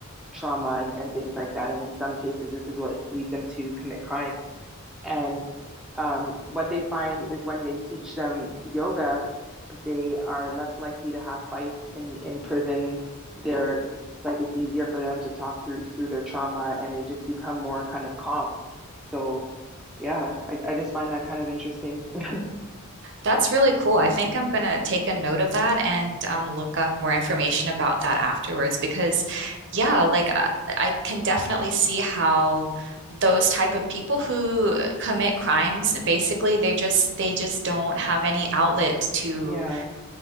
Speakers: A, in the centre; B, on the right.
A: trauma and, and things like that. And in some cases, this is what leads them to commit crimes. And um, what they find is when they teach them yoga, they are less likely to have fights in, in prison. They're like it's easier for them to talk through through their trauma and they just become more kind of calm. So yeah, I, I just find that kind of interesting. <laughs>
B: That's really cool. I think I'm going to take a note of that and um, look up more information about that afterwards because, yeah, like I, I can definitely see how those type of people who commit crimes, basically, they just they just don't have any outlet to
A: Yeah,